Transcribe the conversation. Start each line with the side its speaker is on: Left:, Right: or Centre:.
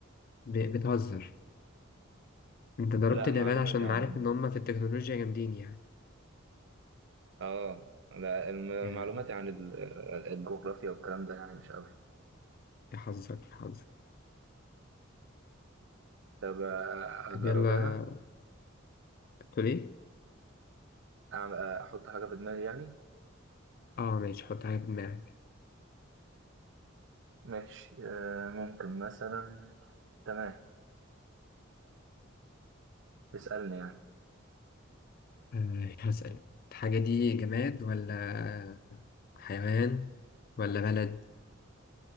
Left: ب... بتهزر أنت ضربت
Right: لا
Left: اليابان
Right: معلوماتي
Left: عشان
Right: يعني
Left: عارف إن هما في التكنولوجيا جامدين يعني
Right: اه لا الم-
Left: يا
Right: معلوماتي عن ال- الجغرافيا والكلام ده يعني مش قوي
Left: يا حظك يا حظك
Right: طب آه،
Left: طب
Right: اجرب
Left: يلا
Right: انا
Left: تقول إيه؟
Right: أعمل- آه، احط حاجة في دماغي يعني
Left: آه ماشي حط حاجة في دماغك
Right: ماشي آه، ممكن مثلا تمام اسألني يعني
Left: آه، هسأل الحاجة دي جماد ولا حيوان ولا بلد؟